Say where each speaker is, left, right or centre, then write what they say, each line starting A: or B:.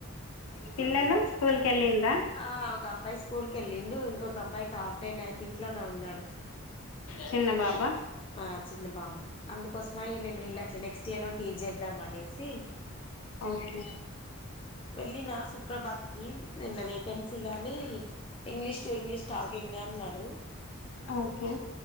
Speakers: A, on the left; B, on the left.
A: పిల్లలు స్కూల్ వెళ్ళిండ్రా
B: ఆ ఒక అబ్బాయి స్కూల్ కి వెళ్ళిండు ఇంక అబ్బాయికి హఫ్ డే అయితే ఇంట్లోనే ఉన్నాడు
A: చిన్న బాబు
B: ఆ చిన్న బాబు అందుకోసము అయ నేను వెళ్ళట్లే నెక్స్ట్ ఇయర్ రు టీచ్ చేద్దాం అనేసి
A: ఓకే
B: వెళ్ళిన సుప్రభాతం కి నిన్న వేకెన్సీ గానీ English to English talking day అన్నారు
A: ఓకే